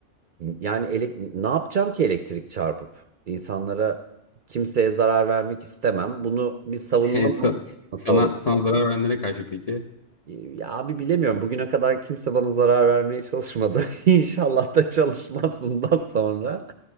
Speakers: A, on the right; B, on the left.
A: Yani elek- ne yapacağım ki elektrik çarpıp? İnsanlara kimseye zarar vermek istemem. Bunu bir savunma
B: <laughs> Evet,
A: mı-
B: Sa-
A: <laughs> nasıl
B: Sana
A: olur?
B: sana zarar verenlere karşı peki?
A: Ee, Ya abi bilemiyorum. Bugüne kadar kimse bana zarar vermeye çalışmadı. <laughs> İnşallah da çalışmaz bundan sonra.